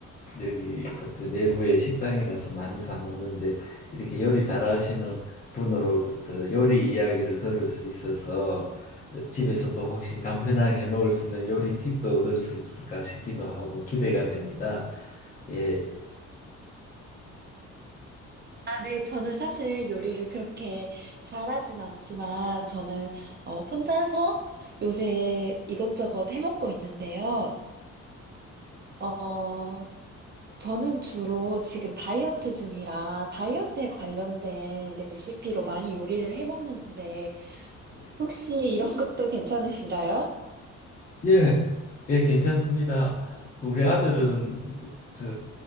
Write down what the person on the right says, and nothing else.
아, 네. 저는 사실 요리를 그렇게 잘하진 않지만, 저는, 어, 혼자서 요새 이것저것 해먹고 있는데요. 어, 저는 주로 지금 다이어트 중이라 다이어트에 관련된 레시피로 많이 요리를 해먹는데,
혹시 이런 것도 괜찮으신가요?